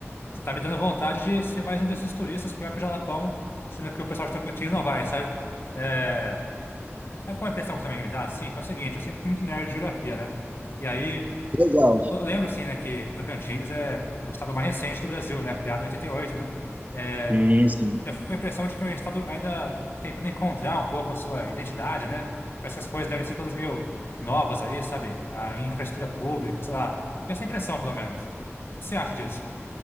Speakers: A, on the left (about 50°); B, on the right (about 30°).
A: Você tá me dando vontade de ser mais um desses turistas que vai pro Jalapão, sendo que o pessoal de Tocantins não vai, sabe? É, é uma impressão que também me dá, assim, que é o seguinte, eu sempre fui muito nerd de geografia, né? E aí,
B: Legal.
A: eu lembro, assim, né, que Tocantins é o estado mais recente do Brasil, né? Criado em 88, né? É,
B: Sim, sim.
A: eu fico com a impressão de que é um estado ainda tentando encontrar um pouco a sua identidade, né? Parece que as coisas devem ser todas meio novas aí, sabe? A infraestrutura pública, sei lá. Tenho essa impressão, pelo menos. O que você acha disso?